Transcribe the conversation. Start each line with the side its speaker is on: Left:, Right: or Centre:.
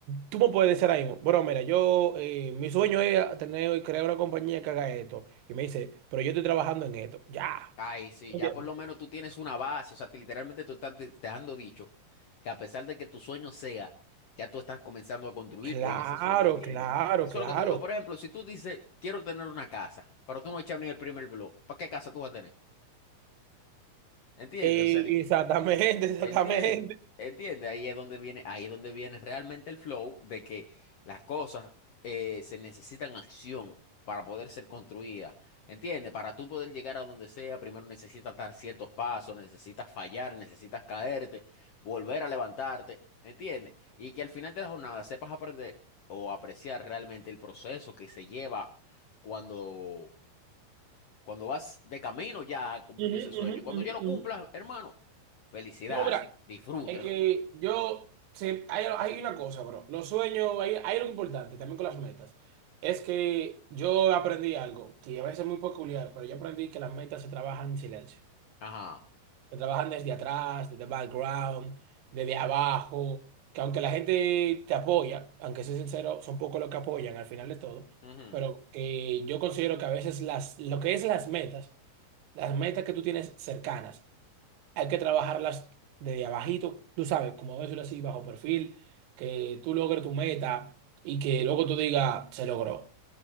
Right: tú me puedes decir ahí mismo, bueno, mira, yo, eh, mi sueño es tener, crear una compañía que haga esto, y me dice, pero yo estoy trabajando en esto, ya,
Left: Ay, sí,
Right: ¿entiendes?
Left: ya por lo menos tú tienes una base. O sea, te- literalmente tú estás de- dejando dicho que a pesar de que tu sueño sea, ya tú estás comenzando a construirte
Right: Claro,
Left: en ese sueño, ¿entiendes?
Right: claro,
Left: Eso
Right: claro.
Left: es lo que te digo. Por ejemplo, si tú dices, quiero tener una casa, pero tú no echas ni el primer blog, ¿para qué casa tú vas a tener? ¿Entiendes?
Right: Eh,
Left: O sea,
Right: Exactamente, <laughs> exactamente.
Left: Entiende, entiende, ahí es donde viene, ahí es donde viene realmente el flow de que las cosas eh, se necesitan acción para poder ser construidas. Entiende, para tú poder llegar a donde sea, primero necesitas dar ciertos pasos, necesitas fallar, necesitas caerte, volver a levantarte, entiende, y que al final de la jornada sepas aprender o apreciar realmente el proceso que se lleva cuando cuando vas de camino ya a cumplir
Right: Ujú,
Left: ese sueño.
Right: ujú,
Left: Y cuando
Right: ujú,
Left: ya lo cumplas,
Right: ujú.
Left: hermano, felicidades,
Right: No, mira,
Left: disfrútelo.
Right: es que yo, se- hay, hay una cosa, bro, los sueños, hay, hay algo importante también con las metas, es que yo aprendí algo, que a veces es muy peculiar, pero yo aprendí que las metas se trabajan en silencio,
Left: Ajá.
Right: se trabajan desde atrás, desde background, desde abajo, que aunque la gente te apoya, aunque sea sincero, son pocos los que apoyan al final de todo,
Left: ujú,
Right: pero que yo considero que a veces las, lo que es las metas, las metas que tú tienes cercanas, hay que trabajarlas desde abajito, tú sabes, como decirlo así, bajo perfil, que tú logres tu meta y que luego tú digas, se logró,